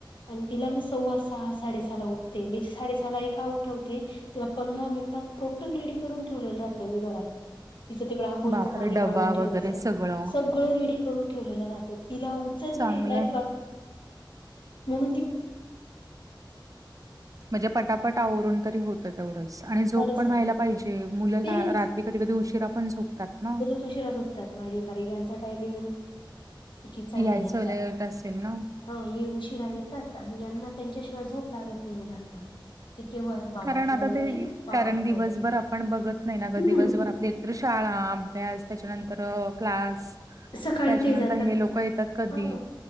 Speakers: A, on the left (about 75°); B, on the right (about 45°).
A: आणि तिला मी सव्वा सहा साडेसहाला उठते मी साडेसहा एका उठवते तिला पंधरा मिनिटात टोटल रेडी करून ठेवलेलं राहत मी घरात तिचं तिकडं हांघोळीचं
B: बापरे
A: पाणी
B: डबा
A: काढून ठेवायचं
B: वगैरे सगळं
A: सगळं रेडी करून ठेवलेलं राहं इला उचलतेणार
B: चांगलं
A: म्हण
B: म्हणजे पटापट आवरून तरी होतं तेवढंच आणि झोप
A: साडेसहाला
B: पण व्हायला पाहिजे मुलं
A: ते
B: रात्री कधी कधी उशीिरा पण झोपतात ना
A: सुशरा झोपतात माझे कार यांचा टायमिंग चुकीचा आहे
B: यायचं
A: येण्याचा
B: उलट असेल ना
A: हा ये उशिरा येतात आणि यांना त्यांच्याशिवाय झोप लागत नाही मुलांना ते केव्हा बाबा
B: कारण
A: केव्हा
B: आता
A: येतील
B: ते
A: बाबा
B: कारण
A: केव्हा
B: दिवसभर
A: येतील
B: आपण बघत नाही ना ग
A: हम्म
B: दिवसभर तर शाळा अभ्यास त्याच्यानंतर क्लास
A: सकाळी
B: त्याच्यानंतर
A: ते जातात
B: हे लोक येतात कधी
A: ह